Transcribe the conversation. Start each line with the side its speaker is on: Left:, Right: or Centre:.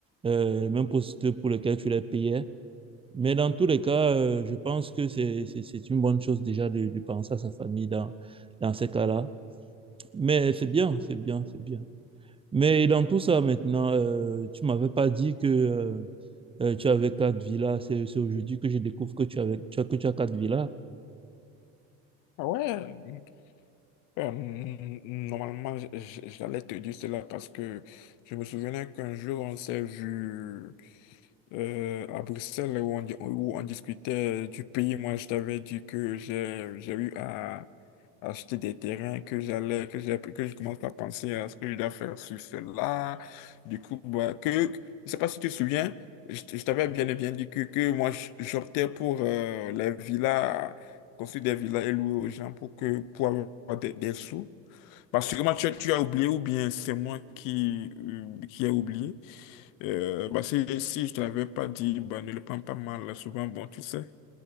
Right: euh, même poste pour lequel tu les payais. Mais dans tous les cas, euh, je pense que c'est c'est- c'est une bonne chose déjà de, de penser à sa famille dans, dans ces cas-là. Mais c'est bien, c'est bien, c'est bien. Mais dans tout ça maintenant, euh, tu m'avais pas dit que euh, euh, tu avais quatre villas, c'est c'est aujourd'hui que je découvre que tu avais, tu as, que tu as quatre villas.
Left: Ah Ouais, euh, normalement, j- j- j'allais te dire cela parce que je me souvenais qu'un jour, on s'est vu euh, à Bruxelles où on, di- où on discutait du pays, moi je t'avais dit que j'ai j'ai eu à acheter des terrains, que j'allais, que j'ai, que je commence à penser à ce que je dois faire sur cela. Du coup, bah, que, je sais pas si tu te souviens, je, t- je t'avais bien et bien dit que, que moi j- j'optais pour euh, les villas, construire des villas et louer aux gens pour que, pour avoir des, des sous. Parce que moi tu, as- tu as oublié ou bien c'est moi qui, euh, qui ai oublié. Euh, bah, si, si je ne l'avais pas dit, bah, ne le prends pas mal. Souvent, bon, tu sais,